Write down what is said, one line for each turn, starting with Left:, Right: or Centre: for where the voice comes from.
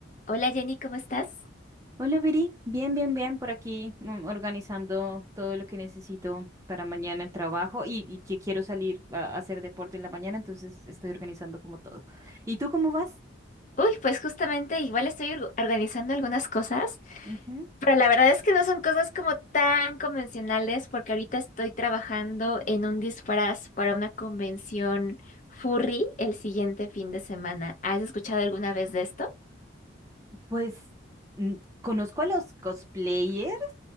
Left: Hola Jenny, ¿cómo estás?
Right: Hola, Viri. Bien, bien, bien. Por aquí mm, organizando todo lo que necesito para mañana el trabajo y, y que quiero salir a a hacer deporte en la mañana, entonces estoy organizando como todo. ¿Y tú cómo vas?
Left: Uy, pues justamente igual estoy org- organizando algunas cosas,
Right: Ujú.
Left: pero la verdad es que no son cosas como tan convencionales porque ahorita estoy trabajando en un disfraz para una convención furry el siguiente fin de semana. ¿Has escuchado alguna vez de esto?
Right: Pues mm, conozco a los cosplayers